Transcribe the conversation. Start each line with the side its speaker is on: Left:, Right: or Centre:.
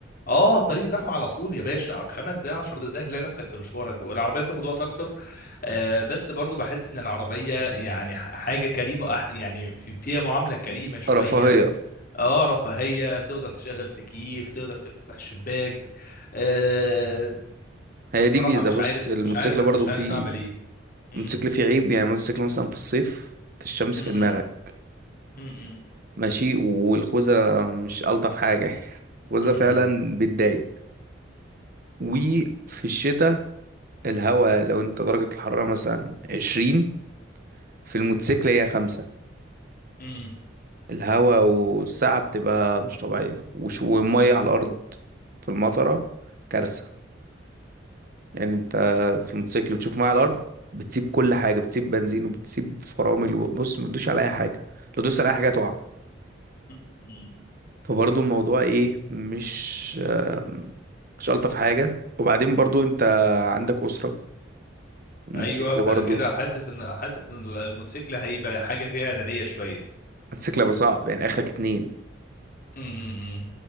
Left: اه طريق زحمه على طول يا باشا خمس دقايق عشر دقايق هتلاقي نفسك في مشوارك والعربيه بتاخد وقت اكتر آه، بس برضو بحس ان العربيه يعني ح- حاجه كريمه أح- يعني في- فيها معامله كريمه شويه
Right: رفاهية
Left: اه رفاهية تقدر تشغل تكييف تقدر تفتح شباك آه
Right: هي
Left: الصراحة
Right: دي ميزة
Left: مش
Right: بص
Left: عارف
Right: الموتوسيكل
Left: مش عارف مش
Right: برضو
Left: عارف
Right: فيه
Left: اعمل ايه مم،
Right: الموتوسيكل فيه عيب يعني الموتوسيكل مثلا في الصيف الشمس
Left: مم،
Right: في دماغك
Left: مم، مم،
Right: ماشي والخوذة مش ألطف حاجة <laughs> الخوذة
Left: مم،
Right: فعلا بتضايق وفي الشتاء الهوا لو انت درجة الحرارة مثلا عشرين في الموتوسيكل هي خمسة
Left: مم،
Right: الهوا والسقعة بتبقى مش طبيعية وش- والمية على الأرض في المطرة كارثة يعني انت في الموتوسيكل وتشوف معاه على الارض بتسيب كل حاجه بتسيب بنزين وبتسيب فرامل وبص ما تدوش على اي حاجه لو دوست على اي حاجه هتقع
Left: مم.
Right: فبرضه الموضوع ايه مش آم، مش الطف حاجه وبعدين برضه انت عندك اسره الموتوسيكل
Left: ايوه فانا
Right: برضه
Left: كده حاسس ان حاسس ان الموتوسيكل هيبقى حاجة فيها انانية شوية
Right: الموتوسيكل هيبقى صعب يعني اخرك اتنين
Left: مم، مم، مم.